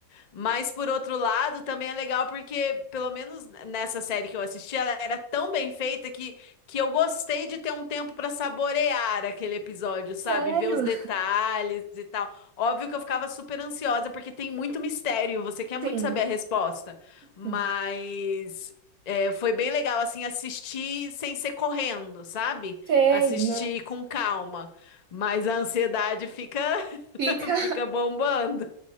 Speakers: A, on the left; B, on the right.
A: Mas por outro lado, também é legal porque, pelo menos nessa série que eu assisti, ela era tão bem feita que, que eu gostei de ter um tempo para saborear aquele episódio, sabe?
B: Sério?
A: Ver os detalhes e tal. Óbvio que eu ficava super ansiosa porque tem muito mistério, você quer muito
B: Sim,
A: saber a resposta. Mas
B: sim.
A: é, foi bem legal, assim, assistir sem ser correndo, sabe?
B: Sei,
A: Assistir
B: não.
A: com calma. Mas a ansiedade fica, <laughs>
B: Fica
A: fica bombando.